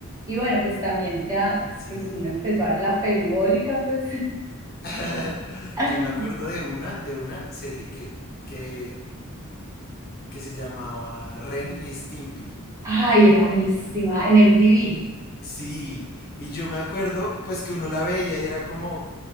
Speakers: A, on the right; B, on the left.
A: Y bueno, pues también ya,
B: sí.
A: pues uno empezó a ver la perubólica, pues.
B: <laughs>
A: <laughs>
B: Yo me acuerdo de una, de una serie que, que, que se llamaba Ren y Stimpy.
A: Ay, era buenísima, en MTV,
B: Sí, y yo me acuerdo pues que uno la veía y era como